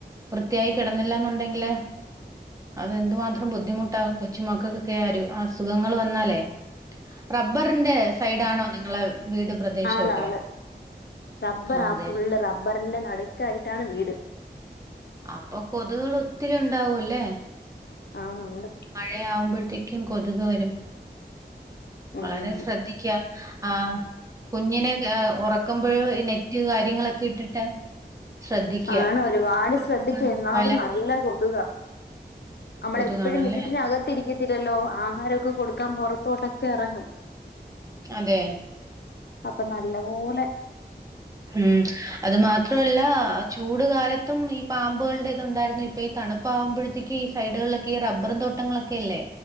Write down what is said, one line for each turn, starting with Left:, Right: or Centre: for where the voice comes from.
Right: വൃത്തിയായി കിടന്നില്ലന്നുണ്ടെങ്കില് അതെന്ത് മാത്രം ബുദ്ധിമുട്ടാകും കൊച്ചു മക്കൾക്കൊക്കെ ആ ഒരു അസുഖങ്ങൾ വന്നാലേ റബ്ബറിന്റെ സൈഡ് ആണോ നിങ്ങളെ വീട് പ്രദേശമൊക്കെ?
Left: ആണ് ആണ് റബ്ബറാ
Right: ആ അതെ.
Left: ഫുള്ള് റബ്ബറിന്റെ നടുക്കായിട്ടാണ് വീട്
Right: അപ്പൊ കൊതുക്കൾ ഒത്തിരി ഉണ്ടാവും അല്ലേ
Left: ആണു ണ്ട്
Right: മഴയാവുമ്പോഴത്തേക്കും കൊതുക് വരും വളരെ
Left: ഉം ഉം
Right: ശ്രദ്ധിക്ക ആഹ് കുഞ്ഞിനെ ഉറക്കുമ്പോഴോ നെറ്റ് കാര്യങ്ങളൊക്കെ ഇട്ടിട്ട് ശ്രദ്ധിക്കുക
Left: ആണ് ഒരുപാട്
Right: ഉറക്കുന്ന
Left: ശ്രദ്ധിക്ക് എന്നാലും
Right: വല
Left: നല്ല കൊതുക നമ്മളപ്പോഴും
Right: കൊതുകാണല്ലേ
Left: വീട്ടിനകത്തിരിക്കത്തില്ലല്ലോ ആഹാരൊക്കെ കൊടുക്കാൻ പൊറത്തോട്ടൊക്കെ ഇറങ്ങും
Right: അതെ
Left: അപ്പൊ നല്ല പോലെ
Right: ഉം അത് മാത്രല്ല
Left: ബാധിക്കും
Right: ചൂട് കാലത്തും ഈ പാമ്പുകളുടെ ഉണ്ടായിരുന്നു. ഇപ്പ ഈ തണുപ്പാവുമ്പോഴത്തേക്ക് ഈ സൈഡുകളിലൊക്കെ ഈ റബ്ബറും തോട്ടങ്ങളൊക്കെ അല്ലേ